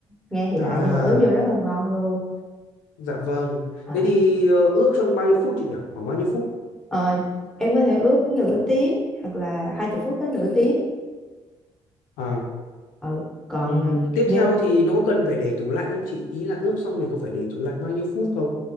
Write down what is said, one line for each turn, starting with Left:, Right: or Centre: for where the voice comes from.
Centre: nghe thì
Left: à
Centre: lạ nhưng mà ướp vô rất là ngon luôn
Left: Dạ vâng.
Centre: Ờ.
Left: Thế thì ờ, ướp trong bao nhiêu phút chị nhỉ? Khoảng bao nhiêu phút?
Centre: Ờ, em có thể ướp nửa tiếng hoặc là hai chục phút tới nửa tiếng
Left: À,
Centre: ừ còn
Left: ừm,
Centre: ờ,
Left: tiếp
Centre: dạ,
Left: theo thì nó có cần phải để tủ lạnh không chị? Ý là ướp xong mình có phải để tủ lạnh bao nhiêu phút không?